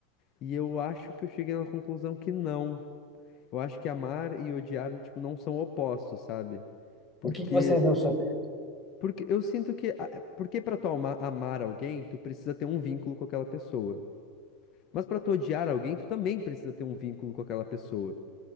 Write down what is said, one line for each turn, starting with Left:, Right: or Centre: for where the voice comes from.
Left: E eu acho que eu cheguei na conclusão que não. Eu acho que amar e odiar, tipo, não são opostos, sabe? Porque,
Centre: O que que você viu sobre
Left: porque eu sinto que, a- porque pra tu ama- amar alguém, tu precisa ter um vínculo com aquela pessoa. Mas pra tu odiar alguém, tu também precisa ter um vínculo com aquela pessoa.